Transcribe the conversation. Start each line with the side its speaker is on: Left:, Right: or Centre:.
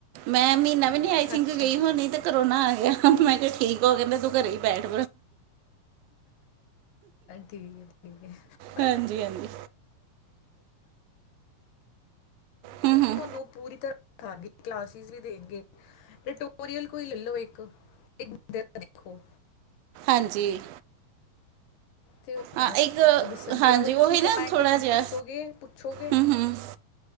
Right: ਮੈਂ ਮੀਨਾ ਵੀ ਨੀ ਆਈ ਥਿੰਕ
Left: ਅੱਛਾ
Right: ਗਈ ਹੋਣੀ ਤੇ ਕਰੋਨਾ ਆ ਗਿਆ, ਮੈਂ ਕਿਆ ਠੀਕ ਓ ਕੈਂਦਾ ਤੂੰ ਘਰੇ ਈ ਬੈਠ।
Left: ਠੀਕ-ਠੀਕ ਪਤਾ
Right: ਹਾਂਜੀ
Left: <inaudible>
Right: ਹਾਂਜੀ ਹੂੰ ਹੂੰ
Left: ਤੋਨੂੰ ਪੂਰੀ ਤਰ੍ਹਾਂ ਹਾਂ, ਕਲਾਸਿਸ ਵੀ ਦੇਨਗੇ, ਟਟੋਰੀਅਲ ਕੋਈ ਲੈਲੋ ਇੱਕ। ਦੇਖੋ।
Right: ਹਾਂਜੀ।
Left: ਤੇ ਉਹ ਤੁਹਾਨੂੰ
Right: ਹਾਂ ਇੱਕ
Left: ਦੱਸਣਗੇ
Right: ਹਾਂਜੀ
Left: ਅਗਰ
Right: ਉਹੀ
Left: ਤੁਸੀਂ ਕਮੈਂਟ
Right: ਨਾ ਥੋੜਾ
Left: ਦੱਸੋਗੇ,
Right: ਜਿਹਾ
Left: ਪੁੱਛੋਗੇ।
Right: ਹੂੰ ਹੂੰ